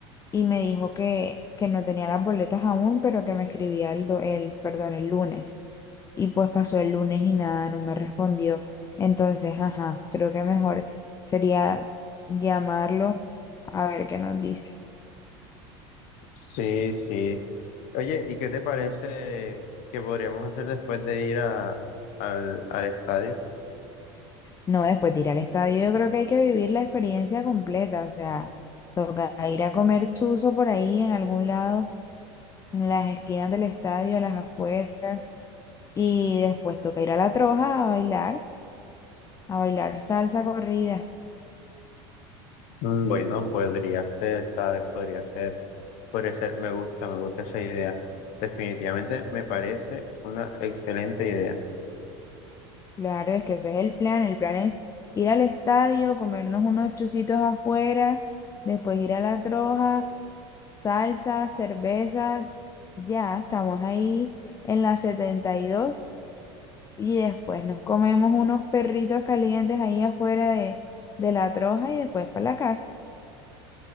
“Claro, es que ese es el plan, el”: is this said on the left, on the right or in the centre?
Left